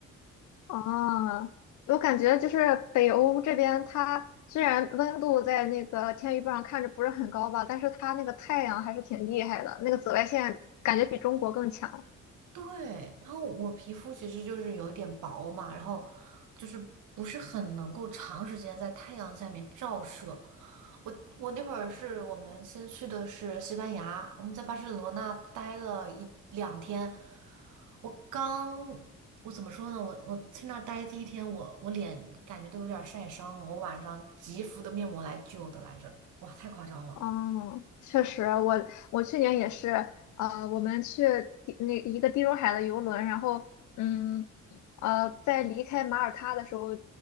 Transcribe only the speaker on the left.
啊，我感觉就是北欧这边，它虽然温度在那个天气预报上看着不是很高吧，但是它那个太阳还是挺厉害的，那个紫外线感觉比中国更强。
嗯，确实，我我去年也是，呃，我们去地那一个地中海的游轮，然后，嗯，呃，在离开马耳他的时候，